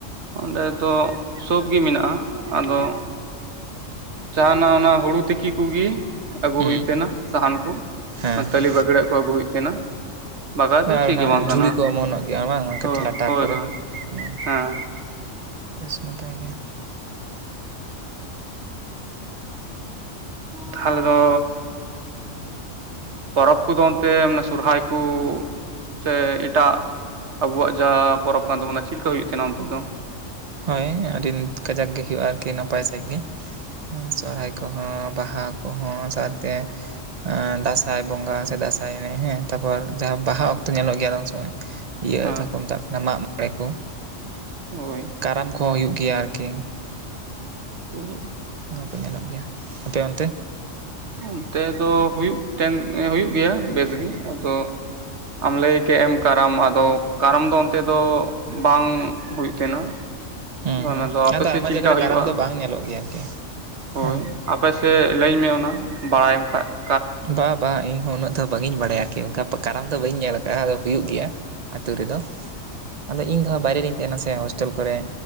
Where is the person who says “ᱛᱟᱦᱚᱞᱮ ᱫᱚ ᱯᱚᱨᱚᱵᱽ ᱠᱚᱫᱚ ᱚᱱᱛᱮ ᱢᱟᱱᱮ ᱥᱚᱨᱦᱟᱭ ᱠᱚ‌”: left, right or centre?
Right